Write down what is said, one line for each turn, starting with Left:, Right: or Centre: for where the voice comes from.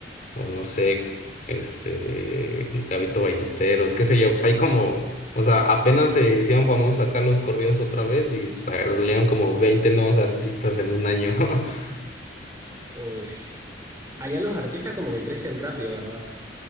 Left: o no sé, este, Gabito Ballesteros, qué sé yo, pues hay como, o sea, apenas se hicieron famosos acá los corridos otra vez y salieron como 20 nuevos artistas en un año. <laughs>
Right: Uy. Allá los artistas como que crecen rápido, ¿verdad?